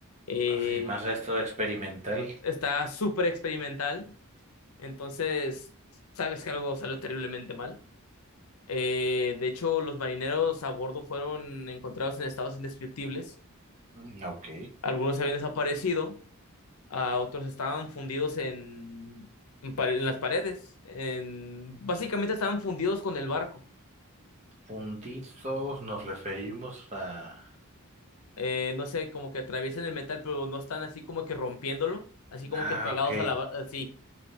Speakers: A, on the left (about 85°); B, on the right (about 30°).
A: Eh,
B: así, más a esto experimental.
A: está súper experimental. Entonces, sabes que algo salió terriblemente mal. Eh, de hecho, los marineros a bordo fueron encontrados en estados indescriptibles.
B: Mm, Ok.
A: Algunos habían desaparecido, a otros estaban fundidos en, en, pare- en las paredes, en, básicamente estaban fundidos con el barco.
B: Fundidos nos referimos a...
A: Eh, no sé, como que atraviesan el metal, pero no están así como que rompiéndolo, así como
B: Ah,
A: que pegados
B: ok.
A: a la barca, así.